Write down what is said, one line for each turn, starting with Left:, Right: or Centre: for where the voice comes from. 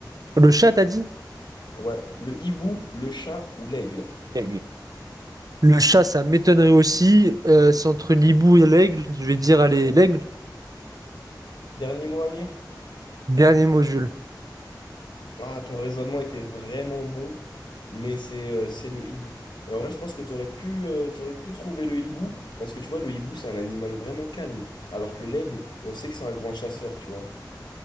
Right: Le chat, t'as dit?
Left: Ouais, le hibou, le chat ou l'aigle.
Right: Aigle. Le chat, ça m'étonnerait aussi. Euh, c'est entre l'hibou et l'aigle. Je vais dire,
Left: Ok.
Right: allez, l'aigle.
Left: Dernier mot, Amir?
Right: Dernier mot, Jules.
Left: Ah, ton raisonnement était vraiment bon, mais c'est euh, c'est le hibou. Et en vrai, je pense que t'aurais pu, euh, t'aurais pu trouver le hibou, parce que tu vois, le hibou, c'est un animal vraiment calme, alors que l'aigle, on sait que c'est un grand chasseur, tu vois.